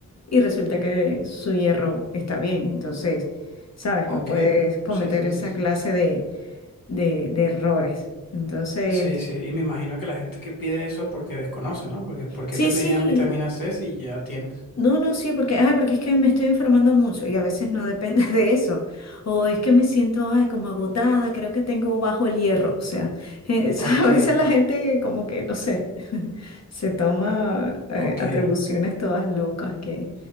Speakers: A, on the left; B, on the left.
A: y resulta que su hierro está bien. Entonces, ¿sabes?
B: ok.
A: No puedes cometer
B: Sí, sí,
A: esa
B: sí, sí.
A: clase de, de de errores. Entonces...
B: Sí, sí. Y me imagino que la gente que pide eso porque desconoce, ¿no? Porque ¿por qué
A: Sí,
B: te pedirían
A: sí,
B: vitamina C si ya tienes?
A: No, no, sí, porque, ay, porque es que me estoy enfermando mucho y a veces no depende <laughs> de eso. O es que me siento, ay, como agotada, creo que tengo bajo el hierro. O sea, eh,
B: Ok,
A: <laughs> a veces la gente como que, no sé, <laughs> se toma eh,
B: ok.
A: atribuciones todas locas que,